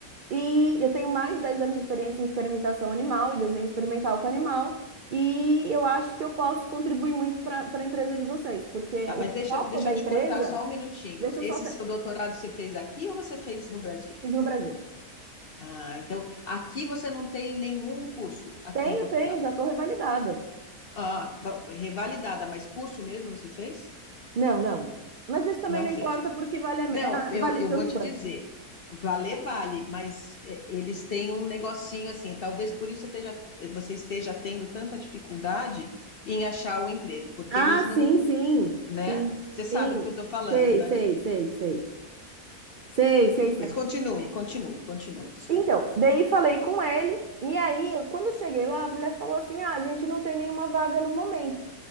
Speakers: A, on the right; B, on the left.
A: e eu tenho mais de 10 anos de experiência em experimentação animal e desenho experimental com animal. E eu acho que eu posso contribuir muito para a empresa de vocês, porque
B: Tá,
A: o
B: mas deixa,
A: foco
B: deixa
A: da
B: eu
A: empresa.
B: te cortar só um minutinho.
A: Deixa
B: Esse
A: eu só. te-
B: seu doutorado você fez aqui ou você fez no Brasil?
A: Fiz no Brasil.
B: Ah, então aqui você não tem nenhum curso aqui
A: Tenho,
B: em Portugal.
A: tenho, já estou revalidada.
B: Ah, ba- revalidada, mas curso mesmo você fez?
A: Não, não. Mas isso também
B: Não
A: não
B: fez.
A: importa, porque vale, a me-
B: Não,
A: é a-
B: eu,
A: vale
B: eu
A: tanto
B: vou te
A: quanto.
B: dizer, valer vale, mas eh, eles têm um negocinho assim, talvez por isso você esteja, você esteja tendo tanta dificuldade em achar o emprego, porque
A: Ah,
B: eles não,
A: sim, sim,
B: né?
A: sim,
B: Você sabe
A: sim.
B: do que eu estou falando,
A: Sei,
B: né?
A: sei, sei, sei. Sei, sei, sim.
B: Mas continue, continue, continue, desculpa.
A: Então, daí falei com ele, e aí, eu- quando eu cheguei lá, a mulher falou assim: ah, a gente não tem nenhuma vaga no momento,